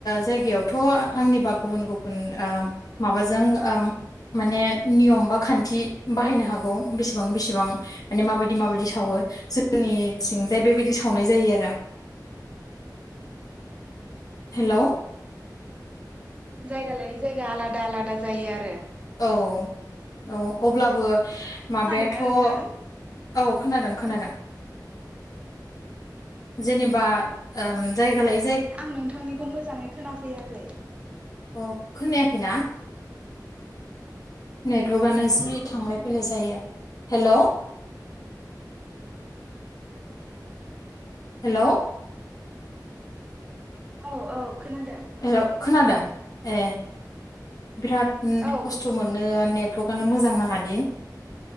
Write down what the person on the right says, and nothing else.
जायगा लायै जायगा आलादा आलादा जायो आरो।
खोनादोंना
नोंथां
औ
आं नोंथांनिखौ मोजाङै खोनाफैयाख खै
औ दासो
मोजां
खोनादों
औ औ खोनादों।
औ